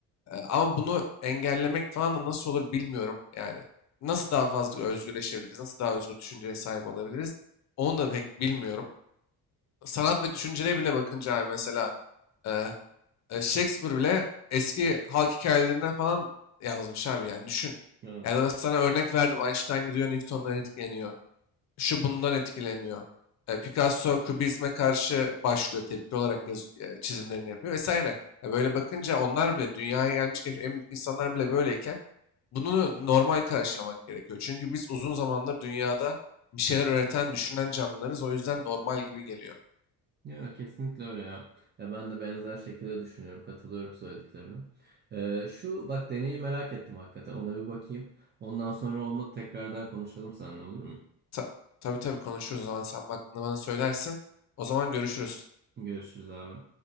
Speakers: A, on the left; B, on the right.
A: Ee, Ama bunu engellemek falan da nasıl olur bilmiyorum. Yani nasıl daha fazla özgürleşebiliriz, nasıl daha özgür düşünceye sahip olabiliriz onu da pek bilmiyorum. Sanat ve düşünceye bile bakınca abi mesela e, e, Shakespeare bile eski halk hikayelerinden falan yazmış abi yani düşün.
B: Hı hı.
A: Ya da ben sana örnek verdim Einstein gidiyor Newton'dan etkileniyor şu bundan etkileniyor. E, Picasso Kubizme karşı başlıyor tepki olarak yaz, e, çizimlerini yapıyor vesaire. Ya böyle bakınca onlar bile dünyaya gelmiş geçmiş en büyük insanlar bile böyleyken bunu normal karşılamak gerekiyor. Çünkü biz uzun zamandır dünyada bir şeyler üreten, düşünen canlılarız. O yüzden normal gibi geliyor.
B: Ya kesinlikle öyle ya. Ya ben de benzer şekilde düşünüyorum. Katılıyorum söylediklerine. Ee, şu bak deneyi merak ettim hakikaten. Ona bir bakayım. Ondan sonra olmadı tekrardan konuşalım seninle olur mu?
A: Ta tabii tabii konuşuruz o zaman sen baktığında bana söylersin. O zaman görüşürüz.
B: Görüşürüz abi.